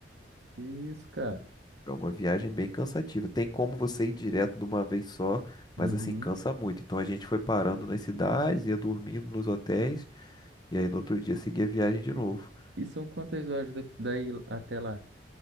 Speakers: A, on the right (about 80°); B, on the left (about 25°).
A: Que isso, cara?
B: É uma viagem bem cansativa. Tem como você ir direto de uma vez só, mas
A: Uhum.
B: assim, cansa muito. Então a gente foi parando nas cidades, ia dormindo nos hotéis, e aí no outro dia seguia a viagem de
A: E,
B: novo.
A: e são quantas horas da- daí até lá?